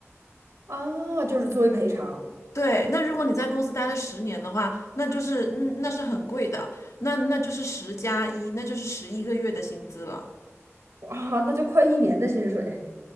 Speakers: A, on the right (about 75°); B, on the left (about 85°).
A: 啊，就是作为赔偿，
B: 对，那如果你在公司待了十年的话，那就是嗯那是很贵的，那那就是十加一，那就是十一个月的薪资了。
A: 啊，那就快一年的薪水。